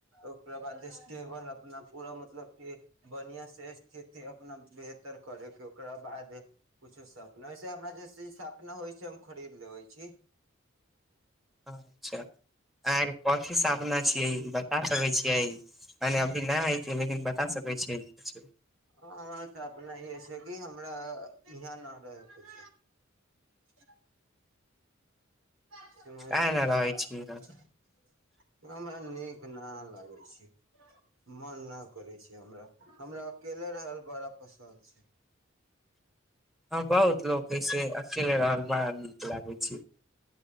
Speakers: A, on the right (about 90°); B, in the centre.
A: ओकरा बाद स्टेबल अपना पूरा मतलब के बढिया से स्थिति अपना बेहतर करे के होऊ ओकरा बाद कुछो सपनाैसे हमरा जैसे सपना होइ छै हम खरीद लेबै छी।
B: अच्छा अहाॅंके कथी
A: हूँ,
B: सापना छियै ब ता सकै छियै मने अभी नहि हइ कि लेकिन बता सकै छियै कुछो?
A: हमर सापना ईहे छै कि हमरा ईहाँ न रहे क <unintelligible> <unintelligible> <unintelligible>
B: काहे ने रहै छी यहाँ
A: नीक ना लागे छै मन ना करै छै हमरा हमरा अकेले रहल बड़ा पसन्द छै।
B: ह बहुत लोक ऐसे अकेले रहल बड़ा नीक लागे छै।